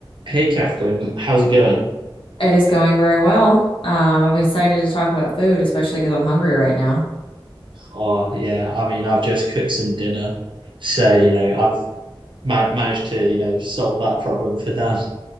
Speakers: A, on the right; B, on the left.
A: Hey Catherine, how's it going?
B: It is going very well. Um, I'm excited to talk about food, especially because I'm hungry right now.
A: Oh yeah, I mean I've just cooked some dinner, so you know I've ma managed to you know solve that problem for them.